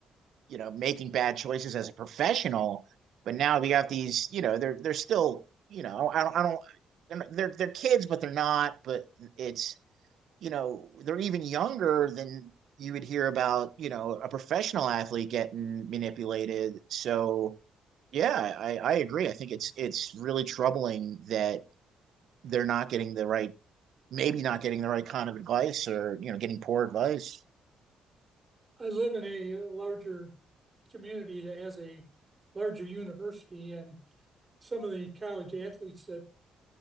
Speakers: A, on the right (about 70°); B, on the right (about 25°).
A: you know, making bad choices as a professional. But now we got these, you know, they're they're still, you know, I don't, I don't, they're not- they're they're kids, but they're not. But it's, you know, they're even younger than you would hear about, you know, a professional athlete getting manipulated. So yeah, I, I agree. I think it's it's really troubling that they're not getting the right, maybe not getting the right kind of advice or, you know, getting poor advice.
B: I live in a larger community that has a larger university, and some of the college athletes that